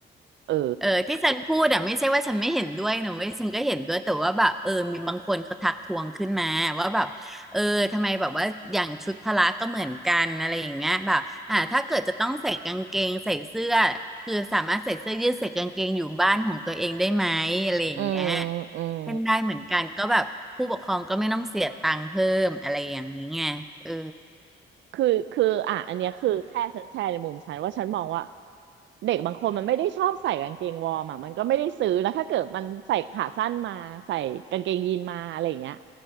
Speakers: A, on the right; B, in the centre.
A: เออ
B: เออที่ฉันพูดอ่ะไม่ใช่ว่าฉันไม่เห็นด้วยนะเว้ยฉันก็เห็นด้วยแต่ว่าแบบเออมีบางคนเขาทักท้วงขึ้นมาว่าแบบเออทำไมแบบว่าอย่างชุดพละก็เหมือนกันอะไรอย่างเงี้ยแบบอ่าถ้าเกิดจะต้องใส่กางเกงใส่เสื้อคือสามารถใส่เสื้อยืดใส่กางเกงอยู่บ้านของตัวเองได้ไหมอะไรอย่างเงี้ย
A: อืมอืม
B: เป็นได้เหมือนกันก็แบบผู้ปกครองก็ไม่ต้องเสียตังค์เพิ่มอะไรอย่างนี้ไงเออ
A: คือคืออ่ะอันเนี้ยคือแค่ฉันแชร์ในมุมฉันว่าฉันมองว่าเด็กบางคนมันไม่ได้ชอบใส่กางเกงวอร์มอ่ะมันก็ไม่ได้ซื้อแล้วถ้าเกิดมันใส่ขาสั้นมาใส่กางเกงยีนมาอะไรอย่างเงี้ย